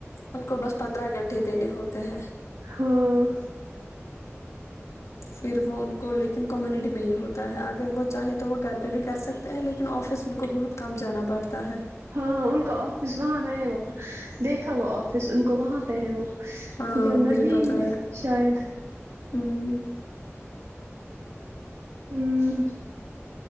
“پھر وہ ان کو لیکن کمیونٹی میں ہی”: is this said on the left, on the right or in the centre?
Left